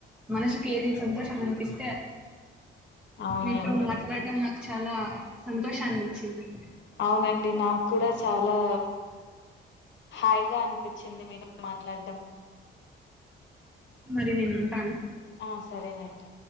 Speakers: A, in the centre; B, on the left.
A: మనసుకి ఏది సంతోషం అనిపిస్
B: అవునండి
A: మీతో మాట్లాడటం నాకు చాలా సంతోషానిచ్చింది
B: అవునండి నాకు కూడా చాలా హాయిగా అనిపిచింది మీతో మాట్లాడడం
A: మరి నేను ఉంటాను
B: ఆ సరేనండి